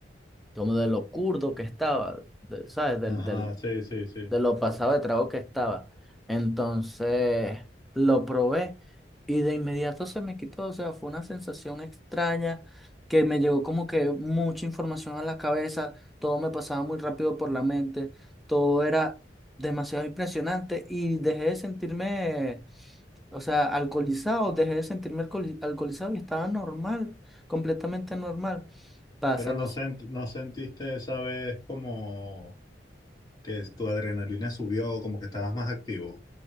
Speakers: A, in the centre; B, on the left.
A: como de lo curdo que estaba, de- ¿sabes? Del,
B: Ajá,
A: del,
B: sí, sí, sí.
A: de lo pasado de trago que estaba. Entonces lo probé y de inmediato se me quitó. O sea, fue una sensación extraña que me llegó como que mucha información a la cabeza. Todo me pasaba muy rápido por la mente. Todo era demasiado impresionante y dejé de sentirme, o sea, alcoholizado. Dejé de sentirme alcoholi- alcoholizado y estaba normal, completamente normal. Pásalos.
B: Pero no sent- no sentiste esa vez como que tu adrenalina subió, como que estabas más activo.